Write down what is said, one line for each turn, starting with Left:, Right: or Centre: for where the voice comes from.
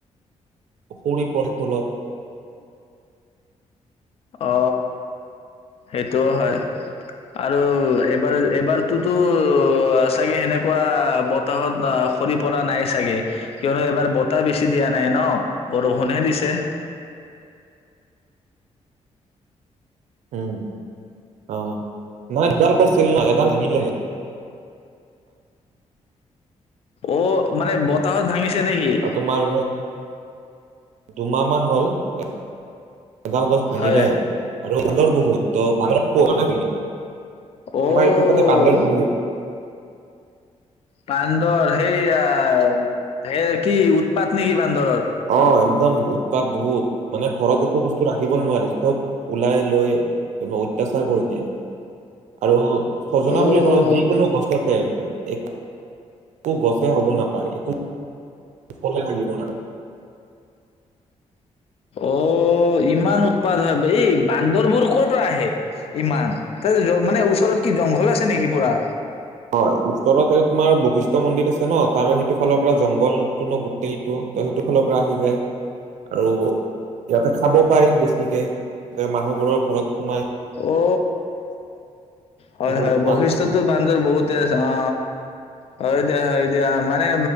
Right: সৰি পৰি তলত
Left: অ সেইটোও হয় আৰু এইবাৰ এইবাৰটো টো চাগে এনেকুৱা বতাহত সৰি পৰা নাই চাগে। কিয়নো এবাৰ বতাহ বেছি দিয়া নাই ন বৰষুণহে দিছে।
Right: উম অ নাই এডাল কৰিছিল ন এডাল নিলে <unintelligible>
Left: অ মানে বতাহত ভাঙিছে নেকি?
Right: তোমাৰ দুমাহ মান হ'ল এডাল গছ ভাঙিলে,
Left: হয়
Right: আৰু সুন্দৰ বহুত। ত <unintelligible>
Left: অ',
Right: আমাৰ এইটো ফালে বান্দৰ বহুত
Left: বান্দৰ সেইয়া কি উৎপাত নেকি বা? বান্দৰৰ
Right: অ একদম উৎপাত বহুত, মানে ঘৰত একো বস্তু ৰাখিবই নোৱাৰি, চব ওলাই লৈ অত্যাচাৰ কৰি দিয়ে আৰু চজনা
Left: অ',
Right: বুলি নহয় যিকোনো গছতে এক একো গছে হ'ব নাপায় একো ফলে থাকিব না-
Left: অ ইমান উৎপাত হয় এই বান্দৰবোৰ কৰ পৰা আহে? ইমান, তাৰ মানে ওচৰত কি জংঘল আছে নেকি পুৰা?
Right: হয় ওচৰত তোমাৰ বশিষ্ঠ মন্দিৰ আছে ন, তাৰ সেইটো ফালৰ পৰা জংঘলটো ন গোটেইটো ত সেইটো ফালৰ পৰা আহি যায়। আৰু ইয়াতে খাব পাৰি বেছিকে যে মানুহবোৰৰ ঘৰত সোমাই
Left: অ
Right: বস্তুবোৰ
Left: হয় হয়
Right: উৎপাত
Left: বৈশিষ্টয়তো
Right: কৰে
Left: বান্দৰ বহুত তে আছে অ। হয় দিয়া হয় দিয়া মানে